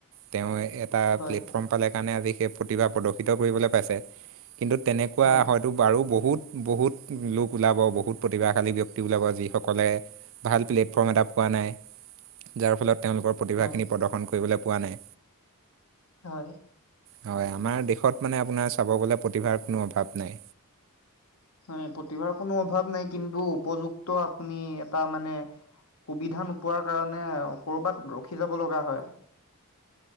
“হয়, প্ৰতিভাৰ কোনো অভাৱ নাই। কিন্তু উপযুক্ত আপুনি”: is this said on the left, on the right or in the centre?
Left